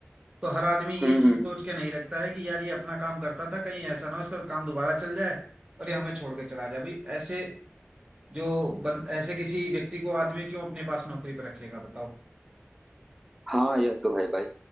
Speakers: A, on the right; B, in the centre.
A: तो हर आदमी ये
B: हम्म
A: चीज
B: हम्म, हम्म।
A: सोच के नहीं रखता है कि यार ये अपना काम करता था कहीं ऐसा ना हो इसका तो काम दोबारा चल जाए और ये हमें छोड़ के चला जाए भाई ऐसे जो बन, ऐसे किसी व्यक्ति को आदमी क्यों अपने पास नौकरी पर रखेगा बताओ
B: हाँ यह तो है भाई